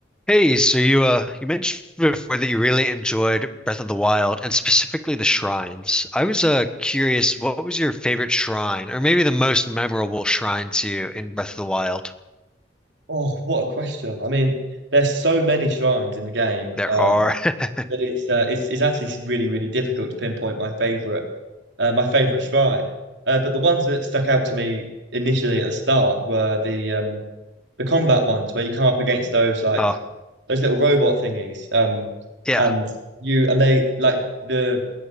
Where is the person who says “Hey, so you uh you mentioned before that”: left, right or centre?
Centre